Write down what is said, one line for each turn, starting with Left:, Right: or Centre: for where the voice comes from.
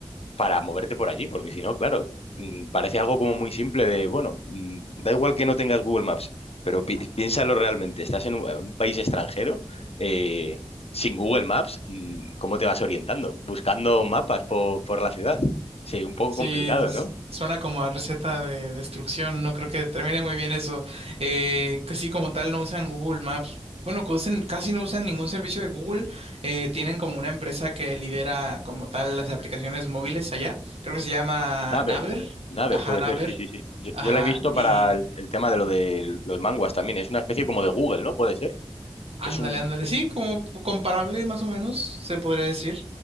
Left: para moverte por allí, porque si no, claro, mm, parece algo como muy simple de, bueno, mm, da igual que no tengas Google Maps, pero pi- piénsalo realmente, estás en un, en un país extranjero, eh, sin Google Maps, mm, ¿cómo te vas orientando? Buscando mapas po- por la ciudad. Sí, un poco
Right: Sí,
Left: complicado,
Right: es-
Left: ¿no?
Right: suena como a receta de destrucción, no creo que termine muy bien eso. Eh, casi como tal no usan Google Maps. Bueno, que usen- casi no usan ningún servicio de Google. Eh, tienen como una empresa que lidera como tal las aplicaciones móviles allá. Creo que se llama
Left: Naver,
Right: Naver.
Left: pu- Naver
Right: Ajá,
Left: puede
Right: Naver.
Left: ser, sí, sí, sí. Yo,
Right: Ajá,
Left: yo la he visto
Right: y...
Left: para el, el tema de lo de los manguas también. Es una especie como de Google, ¿no? Puede ser.
Right: Ándale,
Left: Es un...
Right: ándale, sí, como comparable más o menos, se podría decir.